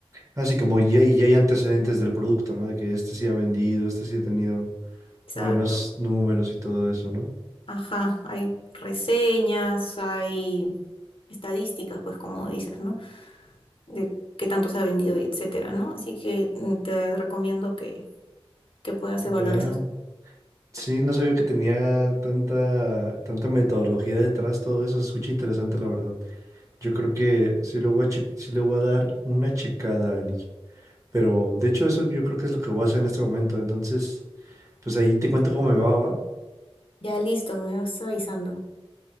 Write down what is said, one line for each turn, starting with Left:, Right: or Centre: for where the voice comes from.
Right: Así como ya, y ya hay antecedentes del producto, ¿no? De que este sí ha vendido, este sí ha tenido
Left: Exacto.
Right: buenos números y todo eso, ¿no?
Left: Ajá, hay reseñas, hay estadísticas, pues como dices, ¿no? de qué tanto se ha vendido y etcétera, ¿no? Así que mm, te recomiendo que, que puedas
Right: Wow.
Left: evaluar esas.
Right: Sí, no sabía que tenía tanta, tanta metodología detrás, todo eso se escucha interesante, la verdad. Yo creo que sí le voy a che- sí le voy a dar una checada a Ali. Pero de hecho eso yo creo que es lo que voy a hacer en este momento. Entonces, pues ahí te cuento cómo me va, va.
Left: Ya listo, me vas avisando.